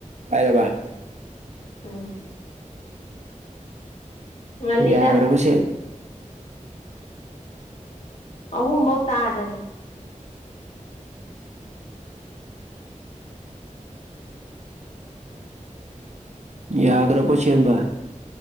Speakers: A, on the right (about 60°); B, on the left (about 55°).
A: ꯄꯥꯏꯔꯕ
B: ꯎꯝ ꯉꯜꯂꯤꯗ
A: ꯌꯥꯈ꯭ꯔꯕꯁꯦ
B: ꯑꯍꯨꯝ ꯕꯧ ꯇꯥꯗꯔꯤ
A: ꯌꯥꯒ꯭ꯔꯥꯕꯣ ꯁꯦꯝꯕ